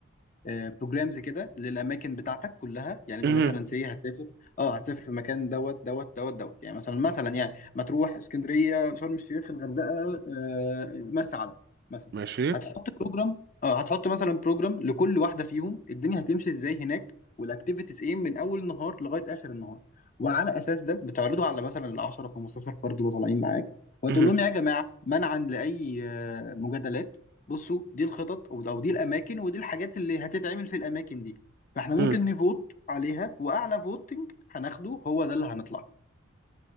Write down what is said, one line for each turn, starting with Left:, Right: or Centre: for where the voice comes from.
Left: بروجرامز كده للاماكن بتاعتك كلها يعني انت
Right: مهم.
Left: مثلا سي هتسافر اه هتسافر في مكان دوت دوت دوت دوت يعني مثلا مثلا يعني مطروح اسكندريه شرم الشيخ الغردقه آه، مرسى علم مثلا
Right: ماشي
Left: هتحط بروجرام اه هتحط مثلا بروجرام لكل واحده فيهم الدنيا هتمشي ازاي هناك والاكتيفيتيز ايه من اول النهار لغايه اخر النهار وعلى اساس ده بتعرضه على مثلا ال 10 15 فرد اللي طالعين معاك وتقول
Right: مهم.
Left: لهم يا جماعه منعا لاي آه، مجادلات بصوا دي الخطط او أو دي الاماكن ودي الحاجات اللي هتتعمل في الاماكن دي فاحنا ممكن
Right: مم.
Left: نفوت عليها واعلى فوتنج هناخده هو ده اللي هنطلع